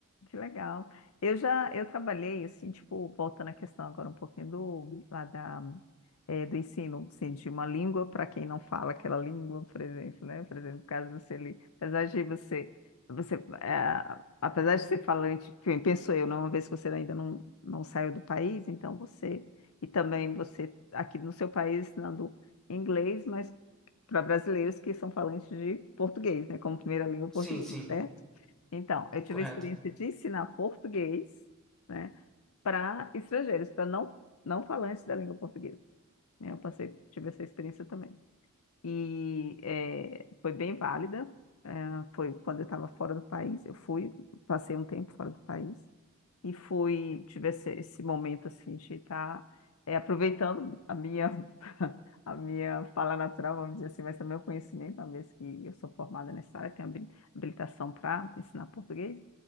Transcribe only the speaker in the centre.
Sim, sim,
correto.